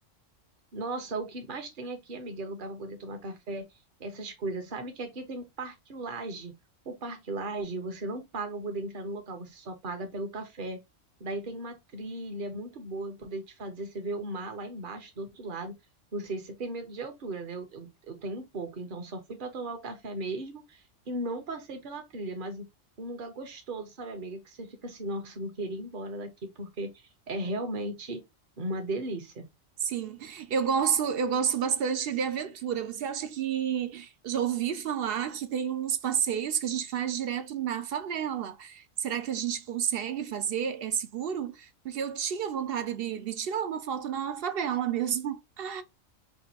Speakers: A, on the right; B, on the right.
A: Nossa, o que mais tem aqui, amiga, é lugar para poder tomar café, essas coisas. Sabe que aqui tem o Parque Lage. O Parque Lage, você não paga para poder entrar no local, você só paga pelo café. Daí tem uma trilha muito boa pra poder te fazer você ver o mar lá embaixo, do outro lado. Não sei se você tem medo de altura, né? Eu, eu, eu tenho um pouco, então só fui para tomar o café mesmo e não passei pela trilha, mas um lugar gostoso, sabe, amiga, que você fica assim, nossa, eu não queria ir embora daqui porque é realmente uma delícia.
B: Sim, eu gosto, eu gosto bastante de aventura. Você acha que já ouvi falar que tem uns passeios que a gente faz direto na favela? Será que a gente consegue fazer? É seguro? Porque eu tinha vontade de, de tirar uma foto na favela mesmo. <laughs>